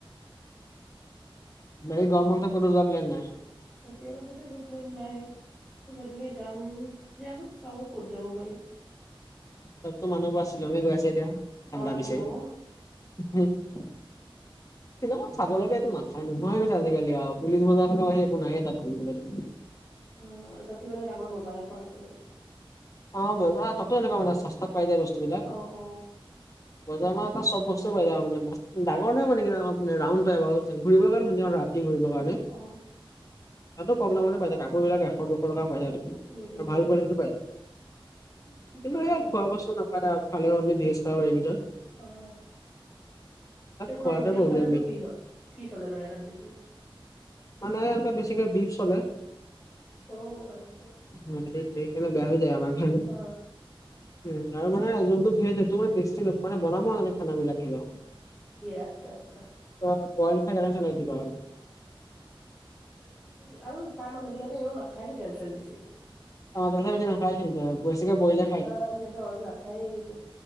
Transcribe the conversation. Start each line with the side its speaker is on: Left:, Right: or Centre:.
Left: বাকি গৰম বন্ধত কতো যোৱা প্লেন নাই?
Centre: এতিয়ালৈকেতো একো প্লেন নাই, কোৱাত এনেই যাম, জানোঁ চাও ক'ত যাব পাৰি।
Left: চ'ব টো মানুহ পুৰা শ্বিলঙে গৈ আছে এতিয়া, ঠাণ্ডা
Centre: অ',
Left: বিচাৰি।
Centre: ন।
Left: উম। শ্বিলং অত চাব লগীয়া একো নাথাকে নোহোৱা হৈ গৈছে আজিকালি আও পুলিচ বজাৰখনৰ বাহিৰে একো নাইে তাত ঘূৰিবলে।
Centre: অ', তাত যে মানে ডাঙৰ বজাৰ এখন আছে মানে।
Left: অ', বজাৰ তাতো এনেকুৱা মানে চস্তাত পাই যায় বস্তুবিলাক।
Centre: অ অ
Left: বজাৰ মানে তাত চব বস্তু পাই যাব মানে ডাঙৰহয় মানে কিবা ৰাউণ্ড টাইপ আৰু ঘূৰিব লে কাৰণে ধুনীয়া। কি ঘূৰিব কাৰণে,
Centre: অ অ
Left: তাতো কম দামতে পাই যায় কাপোৰ বিলাক এশ দুশ টকা পাই যায়। আৰু
Centre: উম উম
Left: ভাল কোৱালিটিৰ পাই।
Centre: <unintelligible>
Left: কিন্তু এই
Centre: আছে
Left: খোৱা বস্তু নাপায় আৰু খালে অনলি ভেজ খাব পাৰিবি ভিতৰত।
Centre: অ', তোমাৰ
Left: খোৱাতে
Centre: লোকেল
Left: প্ৰব্লেম
Centre: খানাটো
Left: মেইন
Centre: কি হয়, কি চলে মানে তাত বেছি?
Left: মানে তাত বেছিকে বিফ চলে।
Centre: অ', আচ্ছা।
Left: এই সেইকাৰনে বেয়া হৈ যায় আমাৰ কাৰণে।
Centre: অ
Left: উম আৰু মানে যোনটো ভেজ হেটো মানে টেষ্টি মানে বনাব নাজানে খানা বিলাক কিবা।
Centre: আচ্ছা-আচ্ছা।
Left: ত <unintelligible> আৰু।
Centre: উম, আৰু তাৰ মানুহ বিলাকে এনেও নাখায়তো তেল চেল বেছি।
Left: অ', তেল চেল বেছি নাখাই কিন্তু বেছিকে বইল এ খাই।
Centre: অ', সিহঁতে অইল নাখাইয়ে বেছি।